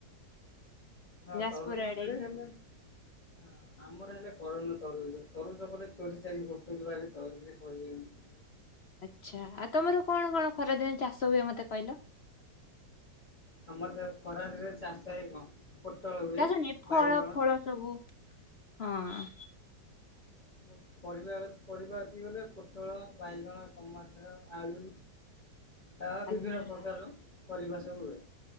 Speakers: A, on the left (about 25°); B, on the left (about 60°).
A: ହଁ
B: ଯାଜପୁର
A: ତରୁଭୁଜ
B: ଆଡେ।
A: ମିଳେ ହେଲେ ହଁ। ଆମର ହେଲେ କରନୁ ତରୁଭୁଜ ତରୁଭୁଜ କଲେ ଚୋରି ଚାରି କରୁଛନ୍ତି <unintelligible>
B: ଆଚ୍ଛା ଆଉ ତମର କଣ କଣ ଖରାଦିନେ ଚାଷ ହୁଏ ମତେ କହିଲ?
A: ଆମର ତ ଖରାଦିନେ ଚାଷ ହୁଏ କଣ ପୋଟଳ ହୁଏ
B: ଚାଷନି ଫଳ
A: ବାଇଗଣ।
B: ଫଳ ସବୁ ହଁ।
A: ମୋ ପରିବା ପରିବା ଆସିଗଲେ ପୋଟଳ ବାଇଗଣ ଟମାଟର ଆଳୁ ଆ
B: ଆଚ୍ଛା।
A: ବିଭିନ୍ନ ପ୍ରକାରର ପରିବା ସବୁ ହୁଏ।